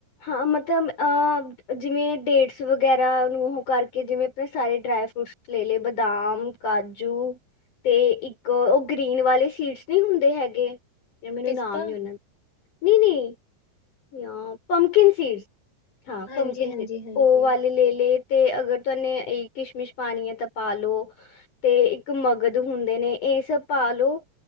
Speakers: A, on the left; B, on the left.
A: ਹਾਂ ਮਤਲਬ ਅ ਜਿਵੇਂ ਡੇਟਸ ਵਗੈ ਰਾ ਨੂੰ ਓਹ ਕਰਕੇ ਜਿਵੇਂ ਆਪਨੇ ਸਾਰੇ ਡਰਾਏ ਫਰੂਟਸ ਲੈ ਲਏ ਬਦਾਮ, ਕਾਜੂ ਤੇ ਇੱਕ ਓ ਗ੍ਰੀਨ ਵਾਲੇ ਸੀਡਸ ਨੀ ਹੁੰਦੇ ਹੈਗੇ ਯਾਰ ਮੈਨੂੰ
B: ਪਿਸਤਾ
A: ਨਾਮ ਨੀ ਓਨਾ ਦਾ ਨਈ-ਨਈ ਜਾਂ ਪੰਪਕਿਨ ਸੀਡਸ, ਹਾਂ
B: ਹਾਂਜੀ
A: ਪੰਪਕਿਨ
B: ਹਾਂਜੀ
A: ਸੀਡ,
B: ਹਾਂਜੀ
A: ਓ ਵਾਲੇ ਲੇ ਲੇ ਤੇ ਅਗਰ ਤੁਆਨੇ ਏਈ ਕਿਸ਼ਮਿਸ਼ ਪਾਨੀ ਐ ਤਾਂ ਪਾਲੋ। ਤੇ ਇੱਕ ਮਗਦ ਹੁੰਦੇ ਨੇ ਏ ਸਬ ਪਾ ਲੋ।